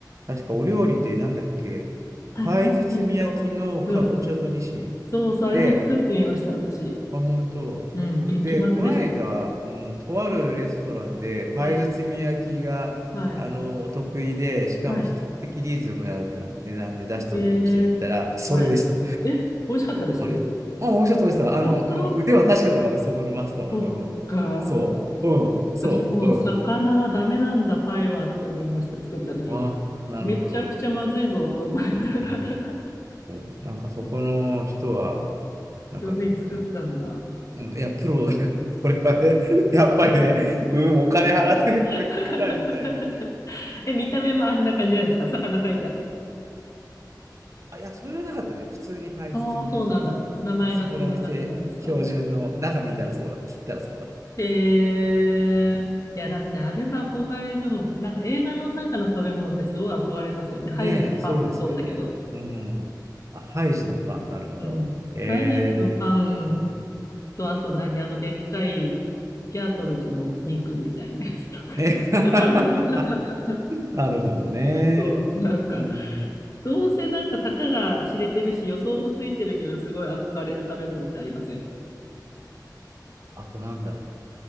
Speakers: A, on the right (about 45°); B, on the left (about 50°).
A: 確かお料理でなんだっけ、
B: あ、
A: パイ包み焼きのかぼちゃとニシン。
B: ミシンと、うん。そうそう、あれも作ってみました、
A: で、
B: 私。
A: まあ、本当。
B: うん、激まずでしたよ。
A: で、この間、うん、とあるレストランで、パイ包み焼きが、
B: うん。はい。
A: あの、お得意で、しかも比較的リーズナブルな値段で出してくれるお店に行ったら、
B: はい。えー、
A: それでした。
B: はい。え、美味しかったです
A: あれあ、もうちょっと落ちた。あの、
B: 本当
A: うん、腕は確かだから、そこのマスター。
B: そっか。
A: うん。そう。うん。そう。
B: 私もう魚はダメなんだ、
A: うん。
B: パイはって思いました、作った時に。
A: あ、なるほど。
B: めちゃくちゃまずいぞと思いながら
A: うん。うんなんかそこの人は、
B: <laughs>
A: なんかね、
B: 上手に作ったんだ。
A: うん。うん、いや、プロだから、<laughs> これはね、やっぱりね、うん、お金払って食べるからみたいな。
B: <laughs> え、見た目もあんな感じなんですか魚書いてあるの
A: あ、いや、それはなかったね。普通にパイ包み焼
B: ああ、そうなんだ。名前がそんな感じなんですか
A: き。そこのお店、標準の、中見たらそうだ、切ったらそうだった。
B: えー。
A: うん
B: いや、だってあれは憧れるもん。なんか映画の中の食べ物ってすごい憧れますよね。ハイジのパンもそうだけど。
A: ねえ、そうですよね。うん。あ、ハイジのパン、なるほど。
B: うん。
A: ええ
B: ハイジのパン、と、あと何あの、でっかいギャートルズの肉みたいなやつとか。
A: ね。<laughs>
B: <laughs>
A: なるほどね。
B: そう、なんか、
A: うん。
B: どうせなんかたかが知れてるし、予想もついてるけど、すごい憧れる食べ物ってありません
A: あとなんだろ